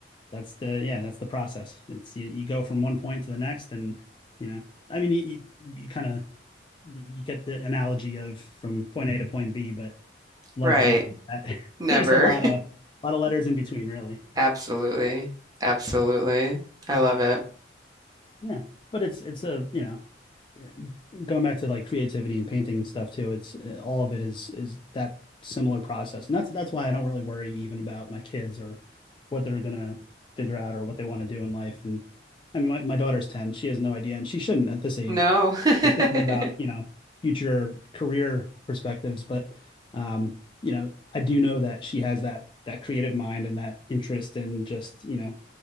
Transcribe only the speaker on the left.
That's the yeah, that's the process. It's you, you go from one point to the next, and you know, I mean, you you, you kind of you get the analogy of from point A to point B, but
life
is not like that. <laughs>
There's a lot of a lot of letters in between, really.
Yeah, but it's it's a you know eh, going back to like creativity and painting and stuff too. It's eh, all of it is is that similar process, and that's that's why I don't really worry even about my kids or what they're gonna figure out or what they want to do in life. And I mean, my, my daughter's ten; she has no idea, and she shouldn't at this age.
You're thinking about you
know future career perspectives, but um, you know I do know that she has that that creative mind and that interest in just you know